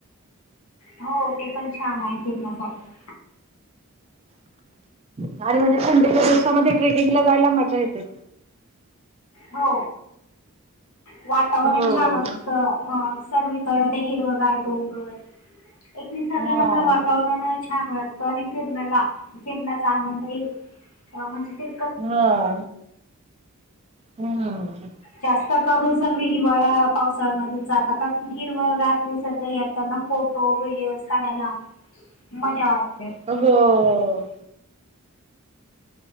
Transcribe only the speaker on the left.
हो ते पण छान आहे फिरण्यासाठी.
हो वातावरण
छान असत. अ सर्वीकड ते हिरव गार डोंगर एक निसर्गरम्य
वातावरण आहे छान वाटत तरी फिरनला फिरण्या चा आनंद येईल. अ म्हणजे ते
जास्त करून सर्व हिवाळ पावसाळ्यामध्येच जातात कारण हिरव गार निसर्ग येताना फोटो व्हिडिओज काढायला मजा वाटते.